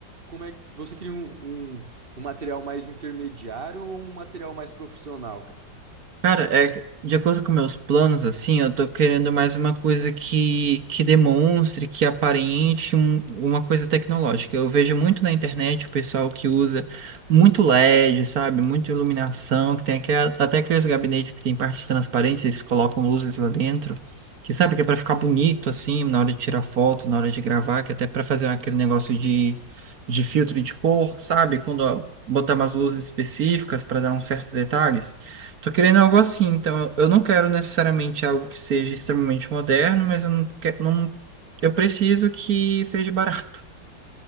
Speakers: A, on the right; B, on the right.
A: como é, que- você queria um, um, um material mais intermediário ou um material mais profissional, cara?
B: Cara, é, que, de acordo com meus planos, assim, eu tô querendo mais uma coisa que, que demonstre, que aparente um- uma coisa tecnológica. Eu vejo muito na internet o pessoal que usa muito LED, sabe? Muita iluminação, que tem aque- até aqueles gabinetes que tem partes transparentes, eles colocam luzes lá dentro, que sabe que é pra ficar bonito, assim, na hora de tirar foto, na hora de gravar, que é até pra fazer aquele negócio de, de filtro de cor, sabe? Quando ó, botar umas luzes específicas pra dar uns certos detalhes. Tô querendo algo assim, então eu eu não quero necessariamente algo que seja extremamente moderno, mas eu não quero, não, eu preciso que seja barato.